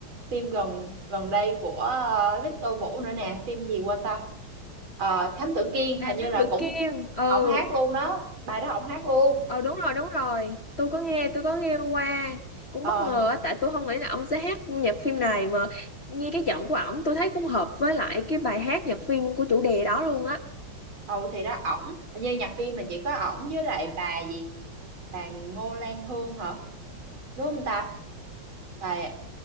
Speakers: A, on the right (about 70°); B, on the left (about 40°).
A: phim gần gần đây của ờ, Victor Vũ nữa nè phim gì quên ta Ờ, Thám Tử Kiên
B: à
A: hình như
B: Thám
A: là
B: Tử
A: cũng
B: Kiên ừ
A: ổng hát luôn đó bài đó ổng hát luôn
B: ờ đúng rồi đúng rồi tôi có nghe tôi có nghe qua cũng
A: ờ
B: bất ngờ á tại tôi không nghĩ là ông sẽ hát nhạc phim này mà nghe cái giọng của ổng tôi thấy cũng hợp với lại cái bài hát nhạc phim của chủ đề đó luôn á
A: ừ thì đó ổng như nhạc phim là chỉ có ổng với lại bà gì bà Ngô Lan Hương hả đúng không ta bà